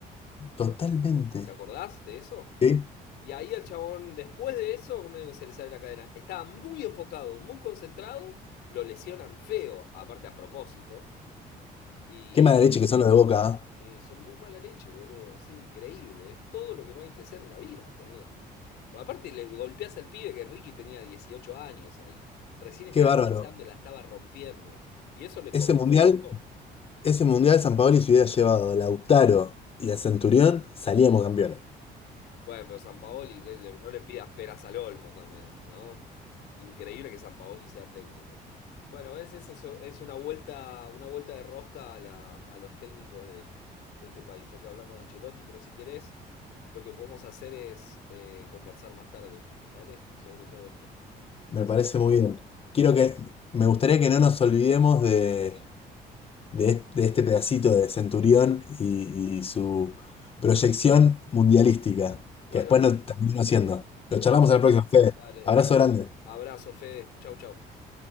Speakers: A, on the left; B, on the left.
A: Totalmente.
B: ¿Te acordás de eso?
A: ¿Sí?
B: Y ahí el chabón, después de eso, como digo, se le sale la cadena. Estaba muy enfocado, muy concentrado. Lo lesionan feo, aparte a propósito. Y,
A: Qué mala leche que son los de Boca, ¿ah?
B: y son muy mala leche, boludo. Es increíble. Es todo lo que no hay que ser en la vida, boludo. Pero aparte le golpeás al pibe que Ricky tenía 18 años ahí. Recién estaba
A: Qué bárbaro.
B: empezando, la estaba rompiendo. Y eso le
A: Ese
B: cor-
A: mundial,
B: lo cortó.
A: ese mundial San Paoli se hubiera llevado a Lautaro y a Centurión, salíamos campeones.
B: Bueno, pero Sampaoli, que le- no le pidas peras al olmo también, ¿no? Increíble que Sampaoli sea técnico. Bueno, ves, es eso, es una vuelta, una vuelta de rosca a, la- a los técnicos de, de este país, ya que hablamos de Ancelotti, pero si querés, lo que podemos hacer es eh, conversar más tarde, ¿dale? Sobre todo esto. Y
A: Me
B: la seguimos.
A: parece muy bien. Quiero que, me gustaría que no nos olvidemos de, de, est- de este pedacito de Centurión y, y su proyección mundialística,
B: Bueno,
A: que después nos terminó haciendo. Lo
B: dale,
A: charlamos en la próxima, Fede.
B: dale,
A: Abrazo
B: dale.
A: grande.
B: Abrazo, Fede. Chau, chau.